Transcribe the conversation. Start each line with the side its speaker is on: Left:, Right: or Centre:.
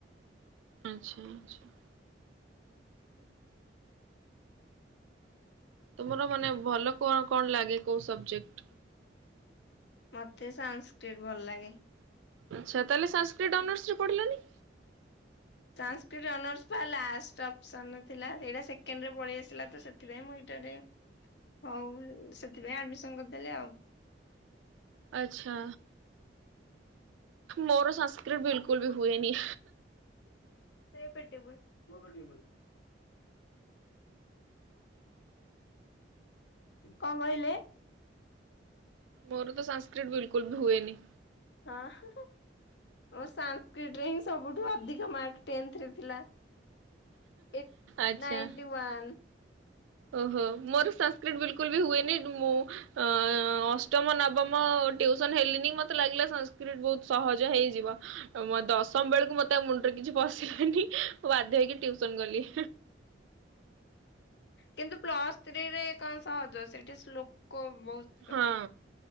Right: ଆଚ୍ଛା ଆଛା। ତମର ମାନେ ଭଲ କଣ କଣ ଲାଗେ କୋଉ ସବଜେକ୍ଟ?
Left: ମତେ ସାନ୍ସ୍କ୍ରି ଟ୍ ଭଲ୍ ଲାଗେ।
Right: ଆଚ୍ଛା ତାହେଲେ ସାନ୍ସ୍କ୍ରି ଟ୍ ଅନରସ୍ ରେ ପଢିଲନି?
Left: ସାନ୍ସ୍କ୍ରି ଟ୍ ଅନରସ୍ ପା ଲାଷ୍ଟ ଅପସନ ରେ ଥିଲା ସେଇଟା ସେକଣ୍ଡରେ ପଳେଇ ଆସିଲା ତ ସେଥିପାଇଁ ମୁଁ ଏଇଟା ନେଇ ହଉ ସେଥିପାଇଁ ଆଡମିସନ କରିଦେଲି ଆଉ।
Right: ଆଚ୍ଛା ମୋର୍ ସଂସ୍କ୍ରିଟ୍ ବିଲ୍କୁଲ୍
Left: ସେ
Right: ବି ହୁଏନି।
Left: ସେ ପେଟି ପର୍ କଁ କହିଲେ?
Right: ମୋର ତ ସଂସ୍କ୍ରିଟ୍ ବିଲ୍ କୁଲ୍ ବି ହୁଏନି।
Left: ହଁ। ଉଁ ସାନ୍ କ୍ରିଟ୍ଟ ରେ ସବୁଠୁ ଅଧିକ ମାର୍କ ଟେନ୍ଥ ରେ ଥିଲା। ଏ
Right: ଆଚ୍ଛା।
Left: ନାଇଣ୍ଟିୱାନ୍।
Right: ଓହୋ ମୋର ସଂସ୍କ୍ରିଟ୍ ବିଲକୁଲ ବି ହୁଏନି ମୁଁ ଅ ଅଷ୍ଟମ ନବମ ଟ୍ୟଉସନ ହେଲିନି ମତେ ଲାଗିଲା ସଂସ୍କୃତ ବହୁତ ସହଜ ହେଇଯିବ ମ ଦଶମ ବେଳକୁ ମତେ ଆଉ ମୁଣ୍ଡରେ କିଛି ପଶିଲାନି ମୁଁ ବାଧ୍ୟ ହେଇକି ଟ୍ୟୁସନ୍ ଗଲି।
Left: କିନ୍ତୁ ପ୍ଲସ୍ ସ୍ତ୍ରୀରେ କଣ ସହଜ ସେଠି ଶ୍ଳୋକ ବହୁତ୍।
Right: ହଁ